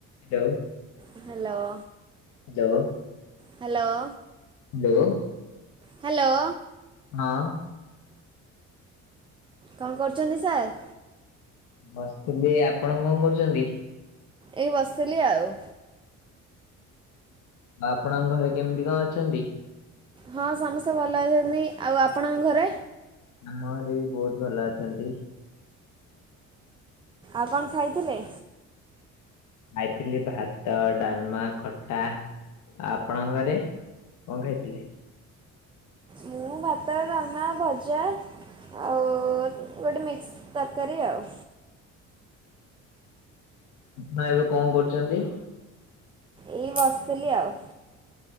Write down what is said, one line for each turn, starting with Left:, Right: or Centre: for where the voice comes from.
Left: Hello.
Right: Hello.
Left: Hello.
Right: Hello.
Left: Hello.
Right: Hello.
Left: ହଁ।
Right: କଣ କରୁଛନ୍ତି ସାର୍?
Left: ବସିଥିଲି। ଆପଣ କଣ କରୁଚନ୍ତି?
Right: ଏଇ ବସିଥିଲି ଆଉ।
Left: ଆଉ ଆପଣଙ୍କ ଘରେ କେମିତି କଣ ଅଛନ୍ତି?
Right: ହଁ ସମସ୍ତେ ଭଲ ଅଛନ୍ତି। ଆଉ ଆପଣଙ୍କ ଘରେ?
Left: ଆମ ଘରେ ବି ବହୁତ ଭଲ ଅଛନ୍ତି।
Right: ଆଉ କଣ ଖାଇଥିଲେ?
Left: ଖାଇଥିଲି ଭାତ, ଡାଲମା, ଖଟା। ଆପଣଙ୍କ ଘରେ କଣ ଖାଇଥିଲେ?
Right: ମୁଁ ଭାତ, ଡାଲମା, ଭଜା ଆଉ ଗୋଟେ ମିକ୍ସ ତରକାରୀ ଆଉ।
Left: ଆପଣ ଏବେ କଣ କରୁଚନ୍ତି?
Right: ଏଇ ବସିଥିଲି ଆଉ।